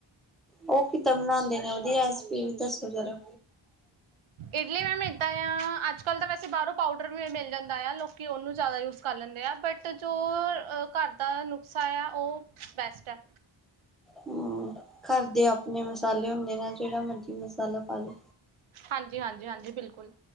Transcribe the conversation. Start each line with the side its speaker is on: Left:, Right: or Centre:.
Centre: ਉਹ ਕਿੱਦਾਂ ਬਣਾਉਂਦੇ ਨੇ ਉਹਦੀ ਰੈਸਪੀ ਦੱਸੋ ਜ਼ਰਾ
Right: ਇਡਲੀ ਮੈਮ ਇੱਦਾਂ ਆ ਅੱਜ ਕੱਲ੍ਹ ਤਾਂ ਵੈਸੇ ਬਾਹਰੋਂ ਪਾਊਡਰ ਵੀ ਮਿਲ ਜਾਂਦਾ ਆ ਲੋਕੀ ਉਹਨੂੰ ਜ਼ਿਆਦਾ ਯੂਜ਼ ਕਰ ਲੈਂਦੇ ਆ ਬਟ ਅਤੇ ਜੋ ਘਰ ਦਾ ਨੁਕਸਾਂ ਉਹ ਬੈਸਟ ਹੈ
Centre: ਹਮ ਘਰ ਦੇ ਆਪਣੇ ਮਸਾਲੇ ਹੁੰਦੇ ਨੇ ਜਿਹੜਾ ਮਰਜੀੀ ਮਸਾਲਾ ਪਾ ਲੋ
Right: ਹਾਂਜੀ ਹਾਂਜੀ ਹਾਂਜੀ ਬਿਲਕੁਲ